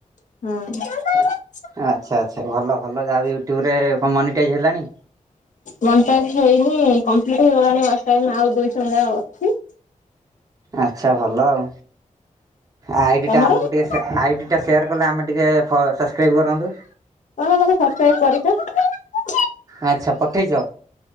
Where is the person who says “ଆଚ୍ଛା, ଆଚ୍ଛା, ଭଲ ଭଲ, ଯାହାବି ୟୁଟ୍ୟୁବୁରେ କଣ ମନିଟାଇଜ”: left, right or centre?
Right